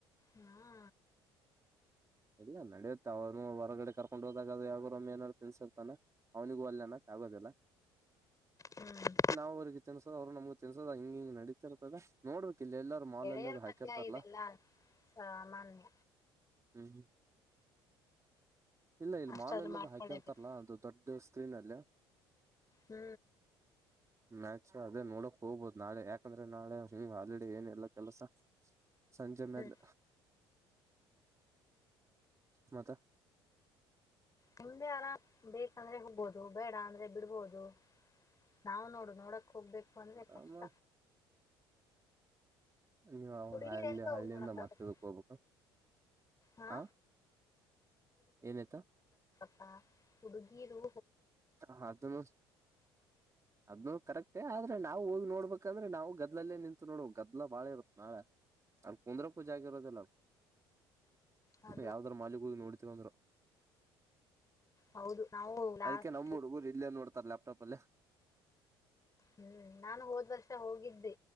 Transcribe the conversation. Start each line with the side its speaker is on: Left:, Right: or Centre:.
Left: ಹಾ
Right: ಇಲ್ಲ ನಡಿಯುತ್ತೆ ಅವ್ನು ಹೊರ್ಗಡೆ ಕರ್ಕೊಂಡ್ ಹೋದಾಗ ಅದು ಯಾವುರೊಮ್ಮೆ ಏನಾರು ತಿನ್ಸಿರ್ತಾನ ಅವ್ನಿಗೂ ಅಲ್ ಅನ ಆಗೋದಿಲ್ಲ.
Left: ಹ್ಮ್
Right: ನಾವ್ ಅವ್ರಿಗೆ ತಿನ್ಸೋದು ಅವ್ ನಮಗ್ ತಿಲ್ಸದ ಹಿಂಗ್ ಹಿಂಗ್ ನಡೀತಿರ್ದ ನೋಡ್ಬೇಕ್ ಇಲ್ಲಿ ಎಲ್ಲಾರು ಮಾಲ್
Left: ಗೆಳೆಯರರ್
Right: ಅಲ್ಲಿ ಅದು ಹಾಕಿರ್ತಾರಲ್ಲಾ
Left: ಮಧ್ಯ ಇವೆಲ್ಲಾ ಸಾಮಾನ್ಯ.
Right: ಹ್ಮ ಇಲ್ಲ ಇಲ್
Left: ಅಷ್ಟಾದ್ರೂ
Right: ಮಾಲ್ ಎಲ್ಲದು
Left: ಮಾಡ್ಕೊಳ್ಳೇಬೇಕು
Right: ಹಾಕಿರ್ತಾರಲ್ಲಾ ಒಂದು ದೊಡ್ಡು ಸು ಕ್ವೀನ್ ಅಲ್ಯ.
Left: ಹ್ಮ್
Right: ಮ್ಯಾಚ್ ಅದೇ ನೋಡಕ್ ಹೋಗ್ಬೋದು ನಾಳೆ ಯಾಕಂದ್ರೆ ನಾಳೆ ಹಾಲಿಡೆ ಏನಿಲ್ಲ ಕೆಲಸ. ಸಂಜೆ ಮೇಲ್.
Left: ಹ್ಮ್
Right: ಮತ್ತ.
Left: ನಿಮ್ದೇ ಆರಾಮ್ ಬೇಕಂದ್ರೆ ಹೋಗ್ಬೋದು ಬೇಡ ಅಂದ್ರೆ ಬಿಡ್ಬೋದು ನಾವ್ ನೋಡು ನೋಡಕ್ ಹೋಗ್ಬೇಕು ಅಂದ್ರೆ
Right: ಆರಾಮ
Left: ಕಷ್ಟ.
Right: ನೀವು
Left: ಹುಡುಗಿರ್
Right: ಹಳ್ಳಿ
Left: ಎಲ್ ಹೋಗ್
Right: ಹಳ್ಳಿಯಿಂದ
Left: ನೋಡಕ್
Right: ಮತ್ತ
Left: ಆಗತ್
Right: ಇದಕ್ ಹೋಗ್ಬೇಕು
Left: ಹಾ
Right: ಆ ಏನಾಯ್ತ.
Left: ಪಾ ಹುಡುಗಿರು
Right: ಹ ಅದುನ್ನು ಅದನ್ನು ಕರೆಕ್ಟ್ ತೆ ಆದ್ರೆ ನಾವು ಹೋಗಿ ನೋಡ್ಬೇಕಂದ್ರೆ ನಾವು ಗದ್ಲಲ್ಲೇ ನಿಂತು ನೋಡ್ಬೇಕ್ ಗದ್ಲ ಬಾಳ ಇರುತ್ ನಾಳೆ ಅಲ್ ಕುಂದ್ರಕು ಜಾಗ್ ಇರೋದಿಲ್ಲ.
Left: ಅದು
Right: ಸೊ ಯಾವ್ದ್ರ ಮಾಲಿಗ್ ಹೋಗಿ ನೋಡ್ತಿನಂದ್ರು.
Left: ಹೌದು ನಾವು ಲಾಸ್ಟ್
Right: ಅದಕ್ಕೆ ನಮ್ಮ್ ಹುಡ್ಗುರು ಇಲ್ಲೇ ನೋಡ್ತಾರೆ ಲ್ಯಾಪ್ಟಾಪ್ ಅಲ್ಲೆ.
Left: ಹ್ಮ್ ನಾನು ಹೋದ್ ವರ್ಷ ಹೋಗಿದ್ದೆ